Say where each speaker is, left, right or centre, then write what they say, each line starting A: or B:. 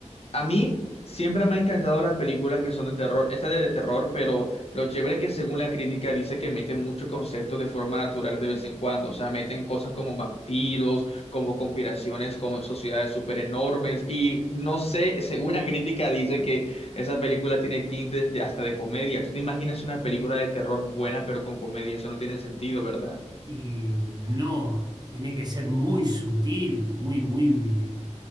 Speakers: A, on the left; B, on the right.
A: a mí siempre me han encantado las películas que son de terror. Esta es de terror, pero lo chévere es que según la crítica dice que meten muchos conceptos de forma natural de vez en cuando. O sea, meten cosas como vampiros, como conspiraciones con sociedades súper enormes. Y no sé, según la crítica dice que esa película tiene tintes de hasta de comedia. ¿Tú te imaginas una película de terror buena pero con comedia? Eso no tiene sentido, ¿verdad?
B: y no, tiene que ser muy sutil, muy, muy,